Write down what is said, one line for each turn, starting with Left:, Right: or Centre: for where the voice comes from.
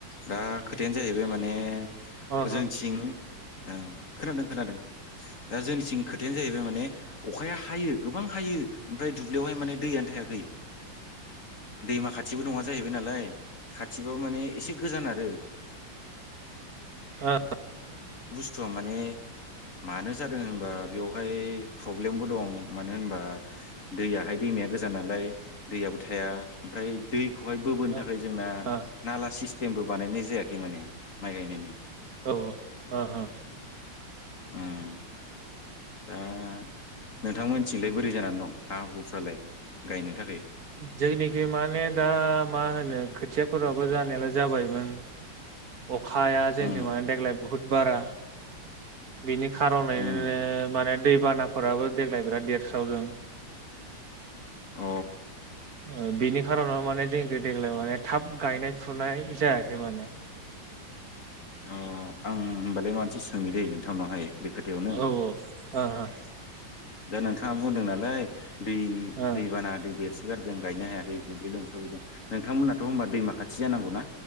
Left: दा खोथायानो जाहैबाय माने
Right: अ
Left: जोंनिथिं ओं खोनादों खोनादों दा जोंनिथिं खोथायानो जाहैबाय माने अखाया हायो गोबां हायो ओमफ्राय दुब्लियावहाय माने दैयानो थायाखै दैमा खाथिबो नङा जाहैबाय नालाय। खाथिबाबो माने एसे गोजान आरो
Right: ओ
Left: स्थुआ माने मानो जादों होनबा बेवहाय प्रब्लेमबो दं मानो होनबा दैयाहाय दैमाया गोजान नालाय दैयाबो थाया ओमफ्राय दैखौहाय बो
Right: ओ
Left: थाखाय जोंना
Right: औ
Left: नाला सिस टिमबो बानायनाय जायाखै माने माइ गायनायनि।
Right: औ हा हा
Left: ओम दा नोंथांमोनथिलाय बोरै जानानै दं हा हुफ्रालाय गायनो थाखाय
Right: जोंनिखै माने दा मा होनो खो खोथियाफोराबो जानायालाय जाबायमोन। अखाया जोंनिजों
Left: उम
Right: मानोे देग्लाय बुहुद बारा बेनि <unintelligible>
Left: उम
Right: दैबानाफोराबो देग्लाय बेराद देरस्रावदों।
Left: अ
Right: ओ बिनि खार'नाव माने जोंनिखै देग्लाय माने थाब गायनाय फुनाय जायाखै माने।
Left: अह, आं होमबालाय मानसे सोंनो दै नोंथांनावहाय। बे खोथायावनो
Right: औ औ अह अह।
Left: दा नोंथाङा बुंदों नालाय दै
Right: ओ
Left: दैबाना दै बे सो गारदों गायनो हायाखै दुब्लि लोमसावजोबदों। नोंथांमोननाथ' होनबा दैमा खाथि जानांगौना?